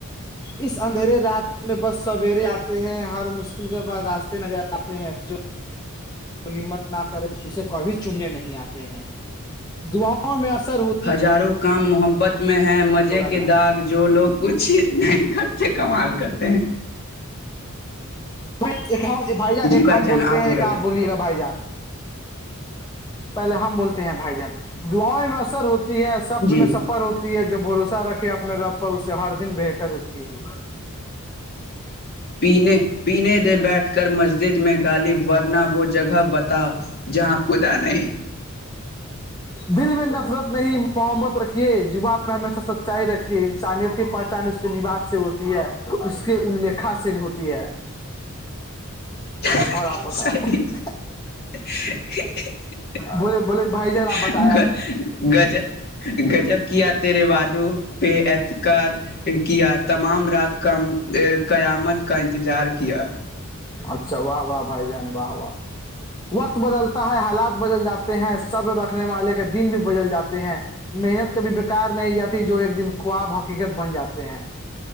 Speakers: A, on the left (about 20°); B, on the left (about 50°).
A: اس اندھیرے رات میں بس سویرے آتے ہیں ہر مشکل کے بعد راستے نظر آتے ہیں جو ہمت نہ کرے اسے کبھی چومنے نہیں آتے ہیں دعاؤ میں اثر ہو
B: ہزاروں کام محبت میں ہیں مزے
A: بولا
B: کے
A: جائے
B: داغ جو لوگ کچھ نہیں کرتے کمال کرتے ہیں
A: بھائی جان
B: جی
A: ایک
B: بھائی
A: ہم بولتے ہیں
B: بولا
A: ایک آپ
B: جائے
A: بولیے گا بھائی جان پہلے ہم بولتے ہیں بھائی جان دعاؤیں میں اثر ہوتی ہے سفر
B: جی
A: میں سب ہوتی ہے جو بھروسہ رکھے اپنے رب پر اس سے ہر دن بہتر ہوتی ہے <inaudible> <inaudible> <inaudible>
B: پینے پینے دے بیٹھ کر مسجد میں غالب ورنہ وہ جگہ بتا جہاں خدا نہیں
A: دل میں نفرت نہیں محبت رکھیے زبان پر ہمیشہ سچائی رکھیے انسانیت کی پہچان اس لیوات سے ہوتی ہے اس کے الیکھا سے ہوتی ہے
B: <unintelligible> <unintelligible>
A: اور آپ بتائیں بولے بولے بھائی جان آپ بتائے آپ
B: گجب کیا تیرے وعادوں پہ اعتکار کیا تمام رات کا قیامت کا انتظار کیا
A: اچھا واہ واہ بھائی جان واہ واہ وقت بدلتا ہے حالات بدل جاتے ہیں سب رکھنے والے کے دن بھی بدل جاتے ہیں محنت کبھی بکار نہیں جاتی جو ایک دن خواب حقیقت بن جاتے ہیں